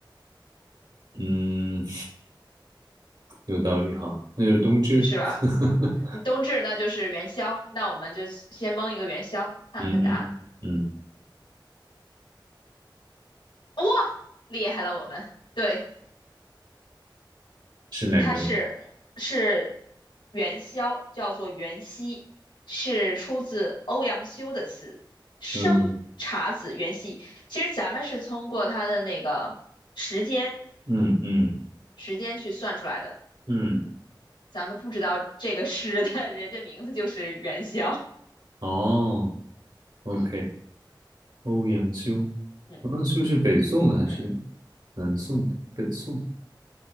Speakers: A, on the right (about 60°); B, on the left (about 80°).
A: 嗯，<laughs> 有道理哈，那就冬至，
B: 是吧？
A: <laughs>
B: 你冬至那就是元宵，那我们就先蒙一个元宵，看看答案。
A: 嗯嗯嗯，嗯
B: 哇，厉害了我们！对，
A: 是哪个？
B: 它是是元宵，叫做元夕，是出自欧阳修的词“生查子元夕”。
A: 嗯
B: 其实咱们是通过它的那个时间。
A: 嗯嗯
B: 时间去算出来的。
A: 嗯，
B: 咱们不知道这个诗的 <laughs> 人家名字就是元宵，
A: 哦，OK，欧阳修，
B: 嗯
A: 欧阳修是北宋的还是
B: 嗯，
A: 南宋的？北宋，